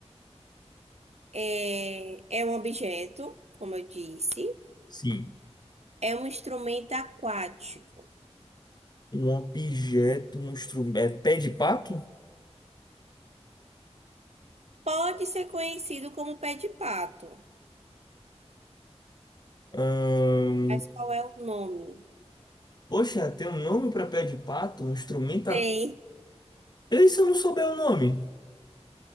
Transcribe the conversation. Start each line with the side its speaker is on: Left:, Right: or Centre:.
Right: É, é um objeto, como eu disse.
Left: Sim.
Right: É um instrumento aquático.
Left: Um objeto, um instrumento. É pé de pato?
Right: Pode ser conhecido como pé de pato.
Left: Ahn,
Right: Mas qual é o nome?
Left: Poxa, tem um nome para pé de pato? Um instrumento.
Right: Tem.
Left: E se eu não souber o nome?